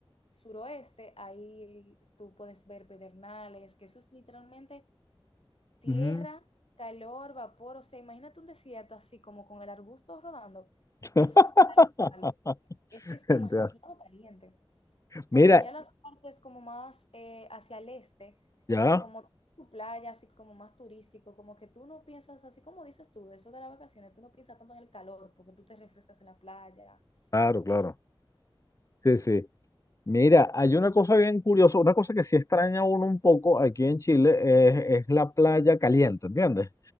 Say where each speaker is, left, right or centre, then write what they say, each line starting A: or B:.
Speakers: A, on the left; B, on the left.
A: suroeste, ahí tú puedes ver pedernales, que eso es literalmente tierra,
B: ujú.
A: calor, vapor, o sea, imagínate un desierto así como con el arbusto rodando,
B: <laughs>
A: eso es tal cual, es que es demasiado
B: Entiendo.
A: caliente, porque
B: Mira,
A: ya las partes como más eh, hacia el este,
B: ya,
A: como su playa, así como más turístico, como que tú no piensas, así como dices tú, de eso de las vacaciones, tú no piensas tanto en el calor, porque tú te refrescas en la playa
B: claro, claro,
A: y así,
B: sí, sí. Mira, hay una cosa bien curiosa, una cosa que sí extraña a uno un poco aquí en Chile es, es la playa caliente, ¿entiendes?